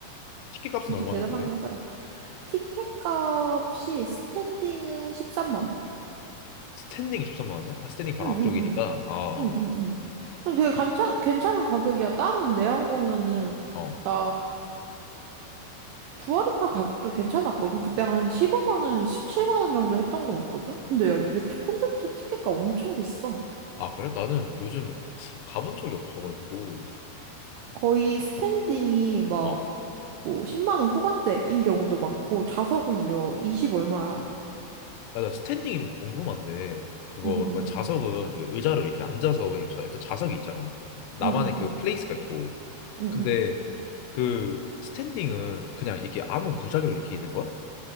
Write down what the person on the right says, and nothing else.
진짜
대단하긴
하더라. 티켓 값이 스탠딩은 13만 원.
응, 응,
응.
응, 응, 응. 되게 괜찮, 괜찮은 가격이야. 다른 내한 공연은
나 두아리파 가격도 괜찮았거든. 그때 한 15만 원에서 17만 원 정도 했던 것 같거든. 근데 야, 요새 콘서트 티켓값 엄청 비싸.
거의 스탠딩이 막
뭐 10만 원 후반대인 경우도 많고 좌석은 요20 얼마야.
응응응.
응응응.
응응.